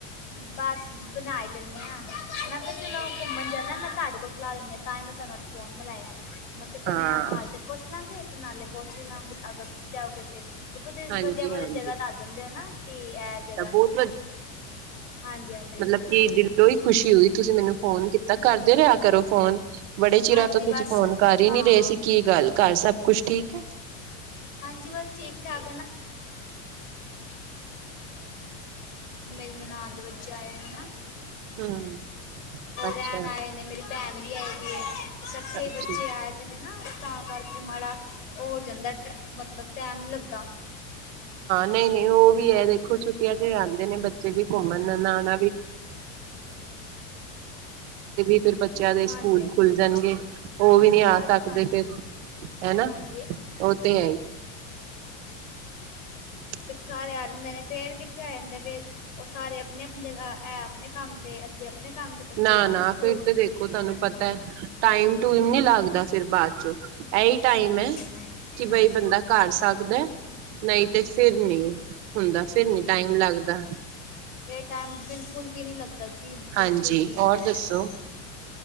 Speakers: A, on the left; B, on the right.
A: ਬਸ ਬਣਾਈ ਲੈਂਦੇਂਆਾਂ ਮੈਂ ਕਿਹਾ ਚਲੋ ਘੁੰਮਣ ਜਾਂਦਾ ਮੈਂ ਤੁਹਾਡੇ ਕੋਲ ਸਲਾਹ ਲੈਂਦੀ ਆਾਂ ਤਾਂ ਮੈਂ ਤੁਹਾਨੂੰ ਫੋਨ ਮਿਲਾਇਆ ਮੈਂ ਕਿਹਾ ਚੱਲ
B: ਹਾਂ
A: ਨਾਲ ਹਾਲ ਚ ਪੁੱਛ ਲਾਂਗੇ ਤੇ ਨਾਲੇ ਪਹੁੰਚ ਵੀ ਲਓਗੇ ਅਗਰ ਤੁਸੀਂ ਜਾਓਗੇ ਤੇ ਤੁਸੀਂ
B: ਹਾਂਜੀ
A: ਵਧੀਆ ਵਧੀਆ
B: ਹਾਂਜੀ
A: ਜਗ੍ਹਾ ਦੱਸ ਦਿੰਦੇ ਹੋ ਨਾ ਕਿ ਇਹ ਜਗ੍ਹਾ
B: ਬਹੁਤ
A: ਹਾਂਜੀ ਹਾਂਜੀ
B: ਮਤਲਬ ਕੀ ਦਿਲੋਂ ਹੀ ਖੁਸ਼ੀ ਹੋਈ ਤੁਸੀਂ ਮੈਨੂੰ ਫੋਨ ਕੀਤਾ ਕਰਦੇ ਰਿਹਾ ਕ- ਕਰੋ ਫੋਨ ਬੜੇ ਚਿਰਾਂ
A: ਹਾਂਜੀ
B: ਤੋਂ ਤੁਸੀਂ
A: ਬਸ
B: ਫੋਨ ਕਰ ਹੀ
A: ਹਾਂ
B: ਨਹੀਂ ਰਹੇ ਅਸੀਂ
A: ਹਮ
B: ਕੀ ਗੱਲ ਕਰ ਸਭ ਕੁਝ ਠੀਕ ਹ
A: ਹਾਂਜੀ ਬਸ ਠੀਕ ਠਾਕ ਮੇਰੇ ਨਾਲ ਆਣ ਦੇ ਵਿੱਚ ਆਏ ਹਨਾ
B: ਹਮ ਅੱਛਾ
A: ਰਹਿਣ ਆਏ ਨੇ ਮੇਰੀ ਭੈਣ ਨਹੀ ਸਾਖੀ
B: ਅੱਛਾ
A: ਬੱਚੇ ਆਏ ਤੇ ਨੇ ਨਾ ਤਾਂ ਕਰਕੇ ਮਾੜਾ ਉਹ ਚਲਦਾ ਮਤਲਬ ਟਾਈਮ ਲੱਗਦਾ
B: ਨਹੀਂ ਨਹੀਂ ਉਹ ਵੀ ਇਹ ਦੇਖੋ ਕੈਸੇ ਆਉਂਦੇ ਨੇ ਬੱਚੇ ਵੀ ਘੁੰਮਣ ਨਾਲ ਫਿਰ ਬੱਚਿਆਂ ਦੇ
A: ਹਾਂਜੀ
B: ਸਕੂਲ
A: ਹਾਂਜੀ
B: ਖੁੱਲ ਜਾਣਗੇ ਉਹ ਵੀ ਨਹੀਂ ਆ
A: ਬਸ
B: ਸਕਦੇ
A: ਹਾਂਜੀ
B: ਫਿਰ ਹਨਾ
A: ਹਾਂਜੀ
B: ਉਹ ਤੇ ਹ
A: ਸਾਰੇ ਆਰ ਹੁੰਦੇ ਨੇ ਫੇਰ ਕਿੱਥੇ ਆ ਜਾਂਦੇ ਫਿਰ ਉਹ ਸਾਰੇ ਆਪਣੇ ਆਪਣੇ ਕੰਮ ਤੇ ਅਸੀਂ ਆਪਣੇ ਕੰਮ ਤੇ ਬੱਚੇ
B: ਨਾ
A: ਆਪਣੇ
B: ਨਾ
A: ਸਕੂਲ
B: ਫਿਰ ਤੇ ਦੇਖੋ ਤੁਹਾਨੂੰ
A: ਹੂੰ
B: ਪਤਾ ਟਾਈਮ ਟੂ ਇਨੀ ਲੱਗਦੀ ਦਾ ਫਿਰ ਬਾਅਦ ਚੋ ਐਹੀ ਟਾਈਮ
A: ਹਾਂਜੀ
B: ਹ
A: ਹਾਂਜੀ
B: ਕਿ
A: ਹਾਂਜੀ
B: ਬਈ ਬੰਦਾ ਘਰ ਸਕਦਾ ਨਹੀਂ ਤੇ ਫਿਰ ਨਹੀਂ ਹੁੰਦਾ ਸਿਰ ਨੀ ਟਾਈਮ ਲੱਗਦਾ
A: ਤੇ ਟਾਈਮ ਬਿਲਕੁਲ ਵੀ ਨਹੀਂ ਲੱਗਦਾ ਜੀ
B: ਹਾਂਜੀ
A: ਬਿਲਕੁਲ ਵੀ ਇਹ
B: ਔਰ
A: ਟਾਈਮ
B: ਦੱਸੋ